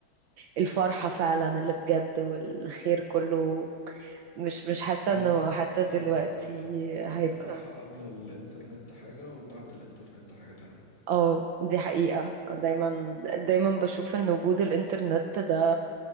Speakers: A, on the right; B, on the left.
A: الفرحة فعلا اللي بجد والخير كله مش مش حاسة
B: مم.
A: انه
B: حاسس
A: حتى
B: صح
A: دلوقتي
B: ان
A: هيبقى
B: كانت الفرحة قبل الانترنت حاجة وبعد الانترنت حاجة تانية
A: اه دي حقيقة دايما دايما بشوف ان وجود الانترنت ده